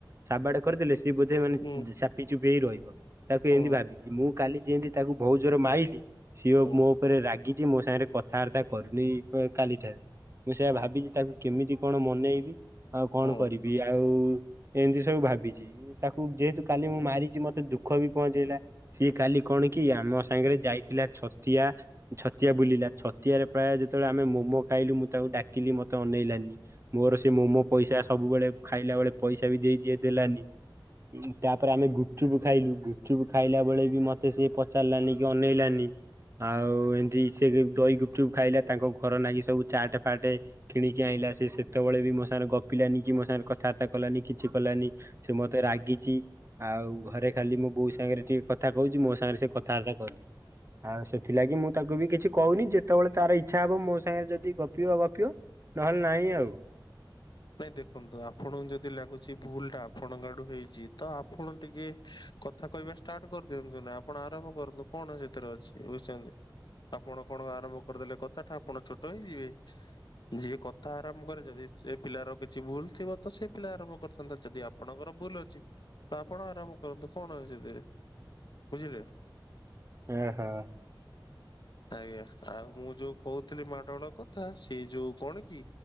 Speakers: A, on the right; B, on the left.
A: ସାବାଟେ କରିଦେଲେ ସିଏ ବୋଧେ ମାନେ
B: ହୁଁ
A: ଚାପି ଚୁପି ହେଇ ରହିବ, ତାକୁ
B: ହୁଁ
A: ଏମିତି ଭାବିଛି ମୁଁ କାଲି ଯେମତି ତାକୁ ବୋଉ ଜୋର ମାଇଲିି ସିଏଅ
B: ହୁଁ
A: ମୋ ଉପରେ ରାଗିଛି ମୋ ସାଙ୍ଗରେ କଥାବାର୍ତ୍ତା କରୁନି କାଲି ଠାରୁ, ମୁଁ ସେଇଆ
B: ହୁଁ।
A: ଭାବିଛି ତାକୁ କେମିତି କଣ ମନେଇବି। ଆଉ କଣ
B: ନାଇଁ
A: କରିବି ଆଉ ଏମିତି ସବୁ ଭାବିଛି। ତାକୁ ଯେହେତୁ କାଲି ମୁଁ ମାରିଛି ମତେ ଦୁଃଖ ବି ପହଞ୍ଚେଇଲା। ସିଏ କାଲି କଣ କି ଆମ ସାଙ୍ଗରେ ଯାଇଥିଲା ଛତିଆ, ଛତିଆ ବୁଲିଲା ଛ ତିଆରେ ପ୍ରାୟ ଯେତେବେଳେ ଆମେ ମୋମୋ ଖାଇଲୁ ମୁଁ ତାକୁ ଡାକିଲି ମତେ ଅନେଇଲାନି, ମୋର ସେ ମୋମୋ ପଇସା ସବୁବେଳେ ଖାଇଲା ବେଳେ ପଇସା ବି ଦେଇଦିଏ, ଦେଲାନି, ତାପରେ ଆମେ ଗୁପଚୁପ ଖାଇଲୁ ଗୁପଚୁପ ଖାଇଲା ବଳେ ବି ମତେ ସିଏ ପଚାରିଲାନି କି ଅନେଇଲାନି, ଆଉ ଏମିତି ସେ ଦହି ଗୁପଚୁପ ଖାଇଲା ତାଙ୍କ ଘର ନାଗି ସବୁ ଚାଟ ଫାଟ କିଣିକି ଆଣିଲା ସେ ସେତେବେଳେ ବି ମୋ ସାଙ୍ଗରେ ଗପିଲାନି କି, ମୋ ସାଙ୍ଗ କଥାବାର୍ତ୍ତା କଲାନି, କିଛି କଲାନି, ସେ ମତେ ରାଗିଛି। ଆଉ ଘରେ ଖାଲି ମୋ ବୋଉ ସାଙ୍ଗରେ ଟିକେ କଥା କହୁଛି ମୋ ସାଙ୍ଗରେ ସେ କଥାବାର୍ତ୍ତା କରୁନି। ଆଁ ସେଥିଲାଗି ମୁଁ ତାକୁ ବି କିଛି କହୁନି, ଯେତେବେଳେ ତାର ଇଛା ଛା ହବ ମୋ ସାଙ୍ଗରେ ଯଦି ଗପିବ ଗପିବ ନହେଲେ ନାହିଁ ଆଉ
B: ଦେଖନ୍ତୁ ଆପଣଙ୍କୁ ଯଦି ଲାଗୁଛି ଭୁଲ ଟା ଆପଣଙ୍କ ହେଇଛି ତ ଆପଣ ଟିକେ କଥା କହିବା ଷ୍ଟାର୍ଟ କରିଦିଅନ୍ତୁ ନା ଆପଣ ଆରମ୍ଭ କରନ୍ତୁ କଣ ସେ <unintelligible> ଆପଣ କଣ ଆରମ୍ଭ କରିଦେଲେ କଥା ଟା, ଆପଣ ଛୋଟ ହେଇଯିବେ, ଯିଏ କଥା ଆରମ୍ଭ କରି ଯଦି ସେ ପିଲାର କିଛି ଭୁଲ ଥିବ ତ ସେ ପିଲା ଆରମ୍ଭ କରିଥାନ୍ତା ଯଦି ଆପଣଙ୍କର ଭୁଲ ଅଛି ତ ଆପଣ ଆରାମ କରନ୍ତୁ କଣ ଆଉ ସେ ଧରେ ବୁଝିଲେ?
A: ହଁ ହଁ।
B: ଆଜ୍ଞା ଆଉ ମୁଁ ଯୋଉ କହୁଥିଲି ମାଡଳ କଥା ସିଏ ଯୋଉ କଣ କି?